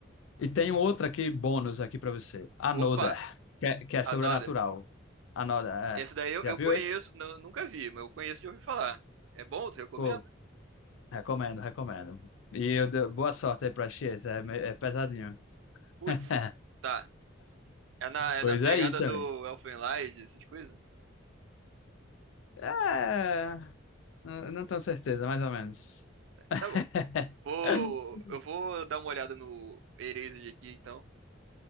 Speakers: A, on the left (about 80°); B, on the right (about 75°).
A: E tem outra aqui, bônus aqui pra você. Another,
B: Opa,
A: que é, que é sobrenatural.
B: another.
A: Another, é.
B: Esse daí eu,
A: Já
B: eu
A: viu
B: conheço,
A: esse?
B: não, nunca vi, mas eu conheço de ouvir falar. É bom? Tu recomenda?
A: Pô, recomendo, recomendo. E eu dou- boa sorte aí pra X, é, me- é pesadinho.
B: Putz,
A: <laughs>
B: tá. É na, é
A: Pois
B: na pegada
A: é isso,
B: do
A: amigo.
B: Elfenlied, essas coisas?
A: É, n- não tenho certeza, mais ou menos. <laughs>
B: Tá, tá bom. Vou, eu vou dar uma olhada no Erased aqui, então.